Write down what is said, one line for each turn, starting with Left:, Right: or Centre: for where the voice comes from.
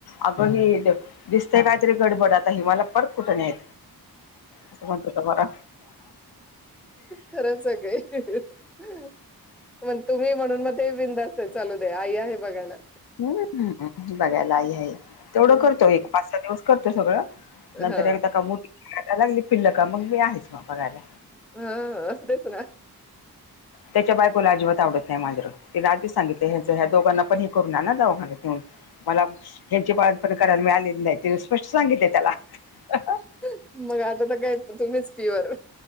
Left: अगं, ही दि - दिसतंय काहीतरी गडबड. आता ही मला परत कुठानेयत. असं, म्हणतो तो मला.
Centre: खरंच <unintelligible> मग तुम्ही म्हणून, मग ते बिंदस्ताय. चालू दे, आई आहे बघायला.
Left: ह, बघायला आई आहे. तेवढं
Centre: हम्म
Left: करतोय. एक पाच - सहा दिवस करतो सगळं. नंतर
Centre: हा
Left: एकदा का, मोठी <unintelligible> लागली पिल्लं का, मग मी आहेच मग बघायला.
Centre: ह, अ तेस ना?
Left: त्याच्या बायकोला, अजिबात आवडत नाही. माजरं. तिनं आधी सांगितल. ह्यांच, ह्या दोघांना पण हे करून आना दवाखान्यात नेऊन. मला, ह्यांची बाळंतपण करायला मि आलेली नाही. तिनं स्पष्ट सांगितलय त्याला. <unintelligible>
Centre: <unintelligible> मग, आता तर काय, तुम्हीच प्युअर.